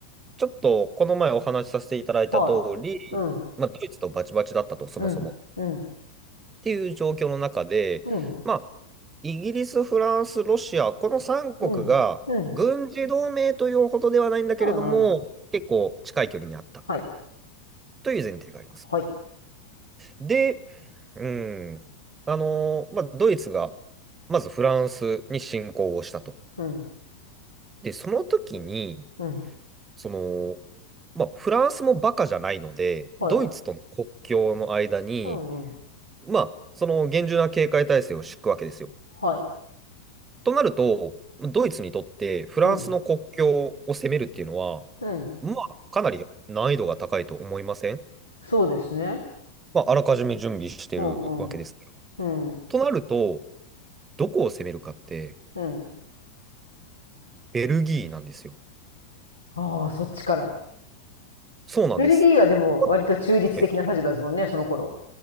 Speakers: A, on the right; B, on the left.
A: ちょっとこの前お話しさせていただいた通り、
B: はい。うん。
A: まあ、ドイツとバチバチだったと、そもそも。
B: うん。
A: っ
B: うん。
A: ていう状況の中で、
B: うん。
A: まあ、イギリス、フランス、ロシア、この3国が軍事同盟というほどではないんだけれども、
B: うん。うん。うん。うん
A: 結構近い距離にあった
B: はい。
A: という前提があります。
B: はい。
A: で、うん、あのーまあ、ドイツがまずフランスに侵攻をしたと。
B: うん。
A: で、その時に、
B: うん。
A: その、まあ、フランスもバカじゃないので、
B: はい。
A: ドイツとの国境の間に、
B: うんうん。
A: まあ、その厳重な警戒態勢を敷くわけですよ。
B: はい。
A: となると、ドイツにとってフランスの国境を攻めるっていうのは、
B: うん。うん。
A: まあ、かなり難易度が高いと思いません
B: そうですね。
A: まあ、あらかじめ準備してるわけですから。
B: うんうん。うん。
A: となると、どこを攻めるかって、
B: うん。
A: ベルギーなんですよ。
B: ああ、そっちから。
A: そうなんです。
B: ベルギーはでも割と中立的な立場ですもんね、
A: ここって
B: その頃。